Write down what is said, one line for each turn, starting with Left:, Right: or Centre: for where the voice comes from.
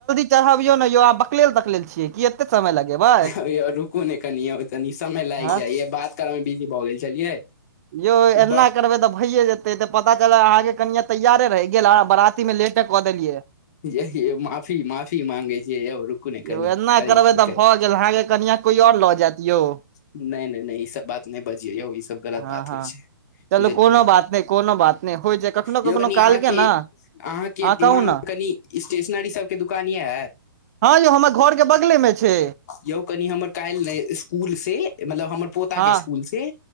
Right: चढाबियौ ने यौ अहाँ बकलेल तकलेल छियै कि एते समय लगेबै
Left: यौ यौ रुकु ने कनि यौ तनी समय लागि
Right: हँ
Left: जाइ य बात सब बिजी भऽ गेल छलियै
Right: यौ एना
Left: बड़
Right: करबै तऽ भैए जेतै तऽ पता चल अहाँके कनियारे रहि गेल अहाँ कबरात <unintelligible> कदलियै
Left: यौ यौ माफी माफी माँगे छी यौ रुकू ने कनि
Right: यौ एना
Left: करै
Right: करबै
Left: छी
Right: तऽ
Left: कनि
Right: भऽ गेल अहाँके कनिया कोई आओर लऽ जायइत यौ
Left: नहि नहि नहि ई सब बात नहि बजिययौ यौ गलत
Right: हँ
Left: बात
Right: हँ-चलू
Left: होइ छै बुझलियै
Right: कोनो बात नहि कोनो बात नहि होइ छै कखनो
Left: यौ
Right: कखनो
Left: कनि
Right: काल
Left: अहाँके
Right: के ने
Left: अहाँके
Right: अहाँ कहू
Left: दिमाग मे
Right: ने
Left: कनि स्टेशनरी सबके दुकान ये
Right: हँ यौ हमर घर के बगले मे छै।
Left: यौ कनि हमर काल्हि स्कूल से मतलब हमर पोता
Right: हँ
Left: के स्कूल से